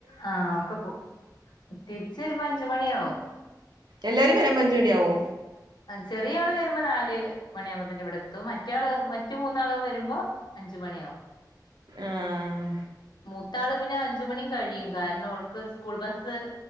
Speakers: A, on the left; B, on the right.
A: ആഹ് ഒക്കെ പോം തിരിച്ചരുമ്പോ അഞ്ചു മണിയാവും
B: എല്ലാരും വരുമ്പോ അഞ്ചുമണി ആവോ
A: ചെറിയ ആള് വരുമ്പോ നാല് മണിയാകുമ്പോത്തേന് ഇവിടെ എത്തും മറ്റാള് മറ്റ മൂന്നാള് വരുമ്പോ അഞ്ചു മണിയാവും
B: ആഹ്
A: മൂത്താള് പിന്നെ അഞ്ചു മണിയും കഴിയും കാരണം ഓൾക്ക് സ്കൂൾ ബസ്